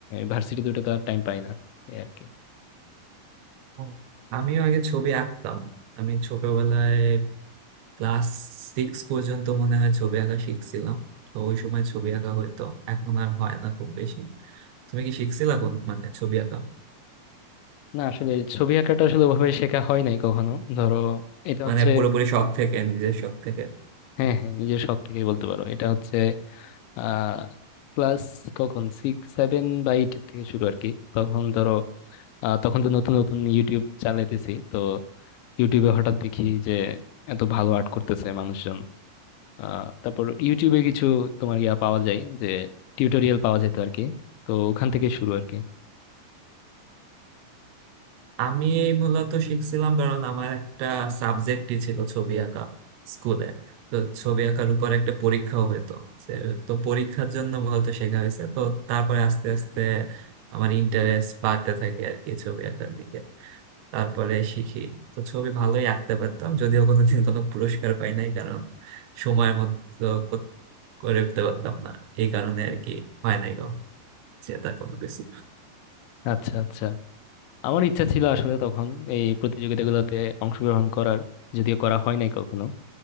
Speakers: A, on the left (about 90°); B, on the right (about 80°).
A: ভার্সিটি দুটো তো আর টাইম পাই না এই আর কি
B: ও, আমিও আগে ছবি আঁকতাম আমি ছোটবেলায় ক্লাস সিক্স পর্যন্ত মনে হয় ছবি আঁকা শিখছিলাম তো ওই সময় ছবি আঁকা হইতো এখন আর হয় না খুব বেশি তুমি কি শিখছিলা কোন মানে ছবি আঁকা
A: না আসলে ছবি আঁকাটা আসলে ওভাবে শেখা হয় নাই কখনো ধরো এটা
B: মানে
A: হচ্ছে
B: পুরোপুরি শখ থেকে নিজের শখ থেকে
A: হ্যাঁ হ্যাঁ নিজের শখ থেকেই বলতে পারো এটা হচ্ছে আহ ক্লাস কখন সিক্স সেভেন বা এইট থেকে শুরু আর কি তখন ধরো আহ, তখন তো নতুন নতুন ইউটিউব চালাইতেছি তো ইউটিউবে হঠাৎ দেখি যে এত ভালো আর্ট করতেছে মানুষজন আহ, তারপর ইউটিউবে কিছু তোমার ইয়া পাওয়া যায় যে টিউটোরিয়াল পাওয়া যেত আর কি তো ওখান থেকে শুরু আর কি
B: আমি মূলত শিখছিলাম কারণ আমার একটা সাবজেক্টই ছিল ছবি আঁকা স্কুলে তো ছবি আঁকার উপর একটা পরীক্ষাও হতো সে- তো পরীক্ষার জন্য মূলত শেখা হয়েছে তো তারপরে আস্তে আস্তে আমার ইন্টারেস্ট বাড়তে থাকে আর কি ছবি আঁকার দিকে তারপরে শিখি তো ছবি ভালোই আঁকতে পারতাম যদিও কোনোদিন কোনো পুরস্কার পাই নাই কারণ সময় মতো কর- করে উঠতে পারতাম না এই কারণে আর কি হয় নাই গো সেটা কোনো কিছু
A: আচ্ছা আচ্ছা আমার ইচ্ছা ছিল আসলে তখন এই প্রতিযোগিতাগুলোতে অংশগ্রহণ করার যদিও করা হয় নাই কখনো